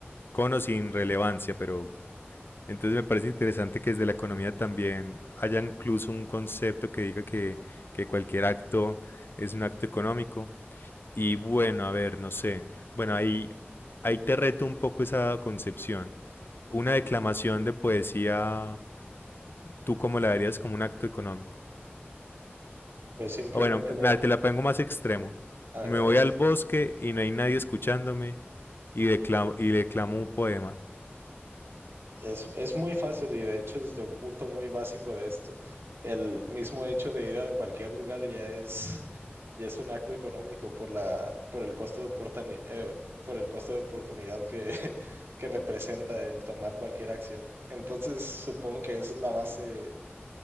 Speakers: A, on the left; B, on the right.
A: con o sin relevancia, pero entonces me parece interesante que desde la economía también haya incluso un concepto que diga que, que cualquier acto es un acto económico. Y bueno, a ver, no sé. Bueno, ahí, ahí te reto un poco esa concepción. Una declamación de poesía, ¿tú cómo la verías como un acto económico?
B: Pues simplemente
A: O bueno, nada,
B: le...
A: te la pongo más extremo.
B: adelante.
A: Me voy al bosque y no hay nadie escuchándome y declamo, y declamo un poema.
B: Es, es muy fácil y de hecho desde un punto muy básico de esto, el mismo hecho de ir a cualquier lugar ya es, ya es un acto económico por la, por el costo de oportuni- eh, por el costo de oportunidad que, <laughs> que representa el tomar cualquier acción. Entonces supongo que esa es la base